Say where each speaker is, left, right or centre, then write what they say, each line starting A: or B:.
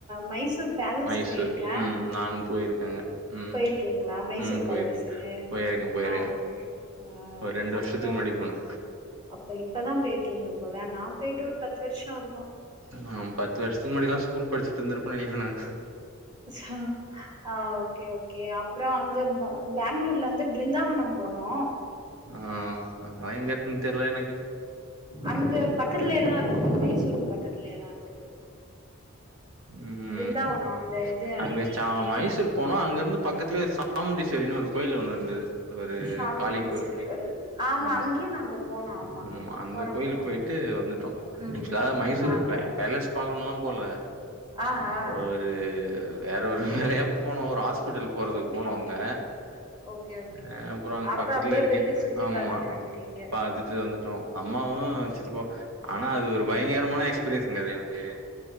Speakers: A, on the right (about 20°); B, on the right (about 80°).
A: மைசூர் பேலஸ்
B: மைசூர்
A: போயிருக்கே.
B: ம் நானு போய்ருக்கே அங்க ம்
A: போயிருக்கீங்களா மைசூர்
B: ம் போய்ருக்கே
A: பேலஸு
B: போய்ருக்கே போய்ருக்கே
A: ஆ ஆ
B: ஒரு ரெண்டு
A: அப்றோ
B: வர்ஷத்துக்கு முன்னாடி போனே
A: அப்ப இப்ப தா போய்ருக்கீங்க போல நா போய்ட்டு ஒரு பத்து வர்ஷோருக்கு
B: நா பத்து வர்ஷத்துக்கு முன்னாடி தா ஸ்கூல் படிச்சுட்ருந்துருப்பே நெனைக்கிறே நானு
A: ஸ் ஹா ஆ ஓகே ஓகே அப்றோ அங்க பெங்களூர்லந்து பிருந்தாவனோ போனோ
B: ஆ அதலா எங்கருக்குன் தெர்ல எனக்கு
A: அங்க பக்கலே தாருக்கு மைசூருக்கு பக்கத்துலே தாருக்குது
B: ம்
A: பிருந்தாவனோ அந்த இது
B: அங்க ச மைசூர் போனோ அங்கருந்து பக்கத்துலே சாமுண்டீஸ்வரின்னு ஒரு கோயில் ஒண்ணு இருந்தது ஒரு
A: சாமுண்டீஸ்வரி
B: காளி கோ
A: கோயில்
B: ஆமா
A: அங்கேயு நாங்க போனோ ஆமா
B: ஆமாமா‌ அந்த
A: போனோ
B: கோயிலுக்கு
A: போனோ
B: போய் ட்டு வந்துட்டோ
A: ம்
B: ஆக்சுவலா நா மைசூர்
A: ஆ
B: பேலஸ் பாக்கணுன்லா போல
A: ஆ ஆ
B: ஒ ரு வேற ஒரு வேலயா போனோ ஒரு ஆஸ்பிட்டல் போறதுக்கு
A: ஓகே
B: போனோ
A: ஓகே
B: அங்க
A: ஓகே ஓகே
B: ஆ அப்றோ அங்க
A: அப்ப
B: பக்கத்துலருக்கே
A: அப்டியே போயிட்டு சுத்தி
B: ஆமா
A: பாத்துட்டு வந்ட்டீங்க
B: பாத்து வந்துட்டோ அம்மாவு சித்தப்பா ஆனா அது ஒரு பயங்கரமான எக்ஸ்பீரியன்ஸ் ங்க அது எனக்கு